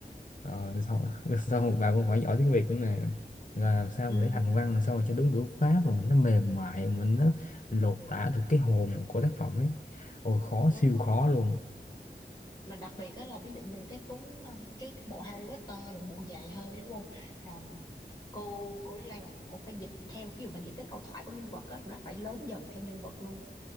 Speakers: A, on the left; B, on the left.
A: rồi xong <laughs> xong một bà cũng phải giỏi tiếng Việt nữa nè là làm sao
B: Ừ.
A: mà để hành văn làm sao mà cho đúng ngữ pháp mà nó mềm mại mà nó lột tả được cái hồn của tác phẩm ấy ôi khó
B: Đúng
A: siêu
B: rồi
A: khó luôn
B: mà đặc biệt đó là ví dụ như là cái cuốn um, cái bộ Harry Potter là bộ dài hơi đúng không là cô cô Lý Lan là cô phải dịch theo ví dụ mà những cái câu thoại của nhân vật á nó phải lớn dần theo nhân vật luôn